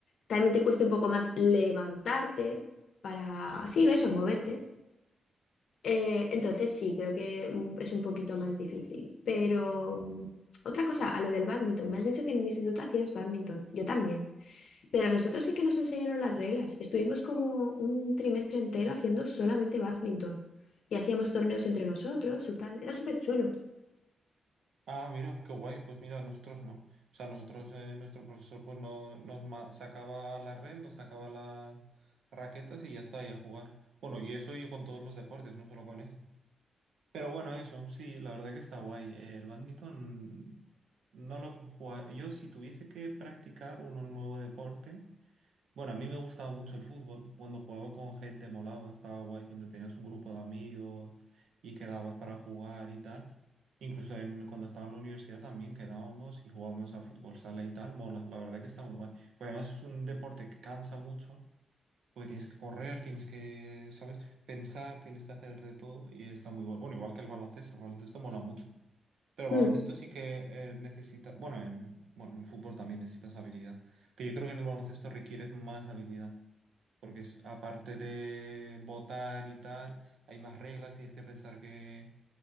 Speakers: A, on the left; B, on the right.
A: también te cueste un poco más levantarte para, sí, eso, moverte. Eh, entonces sí, creo que mm, es un poquito más difícil. Pero mm, otra cosa, a lo del bádminton, me has dicho que en el instituto hacías bádminton. Yo también. Pero a nosotros sí que nos enseñaron las reglas. Estuvimos como un trimestre entero haciendo solamente bádminton Y hacíamos torneos entre nosotros y tal. Era súper chulo.
B: Ah, mira, qué guay. Pues mira, nosotros no. O sea, nosotros, eh, nuestro profesor, pues no, nos ma- sacaba la red, nos sacaba las raquetas y ya está, y a jugar. Bueno, y eso yo con todos los deportes, no solo con ese. Pero bueno, eso, sí, la verdad que está guay. Eh, El badminton no lo puedo jugar. Yo, si tuviese que practicar un nuevo deporte. Bueno, a mí me gustaba mucho el fútbol. Cuando jugaba con gente molaba, estaba guay, donde tenías un grupo de amigos y quedabas para jugar y tal. Incluso en, cuando estaba en la universidad también quedábamos y jugábamos a fútbol sala y tal. Mola, la verdad que está muy guay. Pues además es un deporte que cansa mucho, porque tienes que correr, tienes que, ¿sabes? Pensar, tienes que hacer de todo y está muy bueno. Bueno, igual que el baloncesto, el baloncesto mola mucho. Pero el baloncesto
A: Mm,
B: sí que eh, necesita, bueno, en, bueno, en fútbol también necesitas habilidad. Pero yo creo que en el baloncesto requieres más habilidad porque es- aparte de votar y tal, hay más reglas, tienes que pensar que,